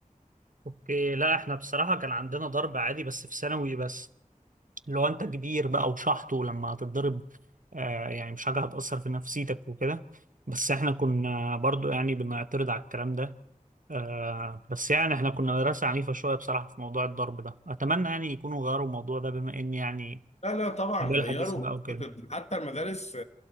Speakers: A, on the right (about 75°); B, on the left (about 55°).
A: اوكي لا احنا بصراحة كان عندنا ضرب عادي بس في ثانوي بس اللي هو انت كبير بقى وشحط ولما هتتضرب آه يعني مش حاجة هتأثر في نفسيتك وكده بس احنا كنا برضو يعني بنعترض على الكلام ده آه بس يعني احنا كنا مدرسة عنيفة شوية بصراحة في موضوع الضرب ده اتمنى يعني يكونوا غيروا الموضوع ده بما ان يعني
B: لا لا طبعا
A: البيئة
B: غيروا
A: الحديثة بقى وكده
B: حتى المدارس